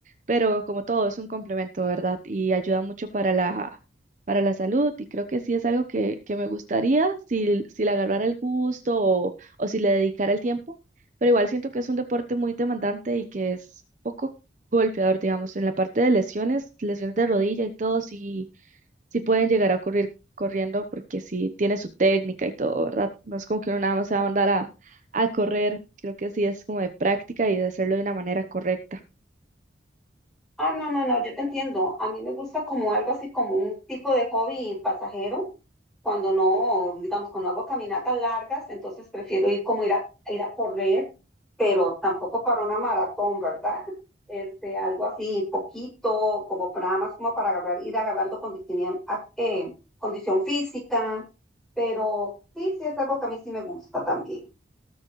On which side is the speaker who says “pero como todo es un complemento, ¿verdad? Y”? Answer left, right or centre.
Right